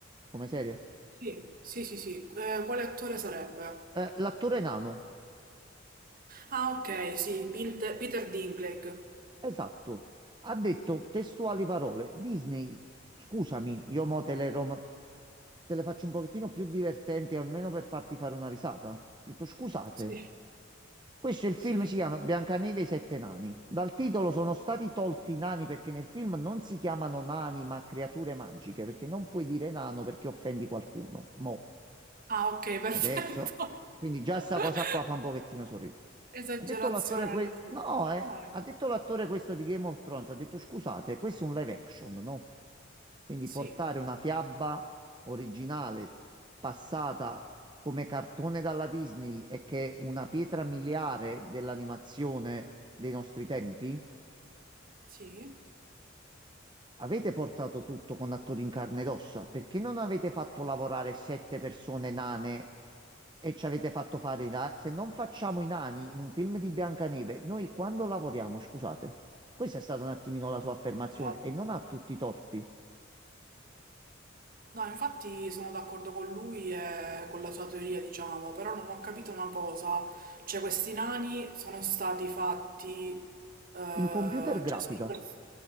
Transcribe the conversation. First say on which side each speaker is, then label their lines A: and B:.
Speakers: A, on the right; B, on the right.
A: come serie?
B: sì, sì, sì, sì. Eh, quale attore sarebbe?
A: Eh, l'attore nano,
B: Ah, ok, sì, Pinte- Peter Dinklage.
A: esatto, ha detto testuali parole. Disney, scusami, io mo te le, rom- te le faccio un pochettino più divertenti, almeno per farti fare una risata. Ha detto scusate,
B: Sì,
A: questo è il
B: sì.
A: film si chiama Biancaneve e i sette nani. Dal titolo sono stati tolti i nani perché nel film non si chiamano nani ma creature magiche, perché non puoi dire nano perché offendi qualcuno. Mo.
B: Ah, ok, perfetto.
A: Adesso, quindi già
B: <laughs>
A: sta cosa qua fa un pochettino sorridere.
B: Esagerazione
A: Ha detto l'attore que-
B: delle proporzioni.
A: no, eh. Ha detto l'attore questo di Game of Thrones, ha detto scusate, questo è un live action, no? Quindi
B: Sì,
A: portare una fiaba originale passata come cartone dalla Disney e che è una pietra miliare dell'animazione dei nostri tempi
B: sì,
A: Avete portato tutto con attori in carne ed ossa, perché non avete fatto lavorare sette persone nane e ci avete fatto fare i nani? Se non facciamo i nani in un film di Biancaneve, noi quando lavoriamo, scusate, questa è stata un attimino la sua affermazione
B: esatto.
A: e non ha tutti i torti.
B: No, infatti sono d'accordo con lui e con la sua teoria, diciamo, però non ho capito una cosa, cioè questi nani sono stati fatti... eh,
A: In computer grafica,
B: cioè, sono pers-